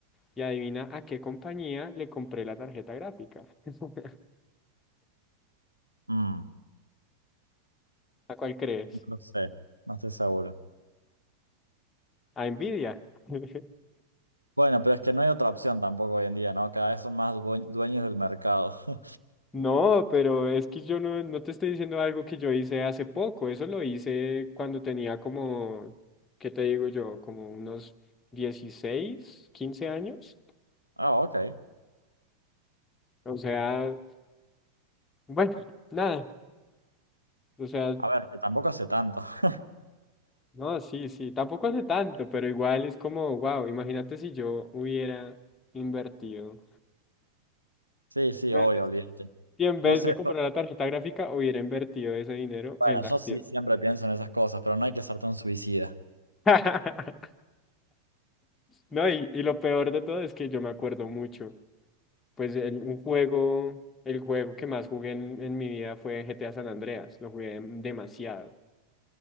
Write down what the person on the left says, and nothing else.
Y adivina a qué compañía le compré la tarjeta gráfica. <laughs>
¿A cuál crees?
A Nvidia. <laughs>
No, pero es que yo no, no te estoy diciendo algo que yo hice hace poco. Eso lo hice cuando tenía como, ¿qué te digo yo? Como unos 16 15 años.
O sea, bueno, nada. O sea,
no, sí, sí. Tampoco hace tanto, pero igual es como, wow, imagínate si yo hubiera invertido.
Espérate,
y en vez
de comprar
la tarjeta gráfica, hubiera invertido ese dinero
en la
acción.
<laughs> No, y, y lo peor de todo es que yo me acuerdo mucho. Pues el- un juego, el juego que más jugué en, en mi vida fue GTA San Andreas. Lo jugué dem- demasiado,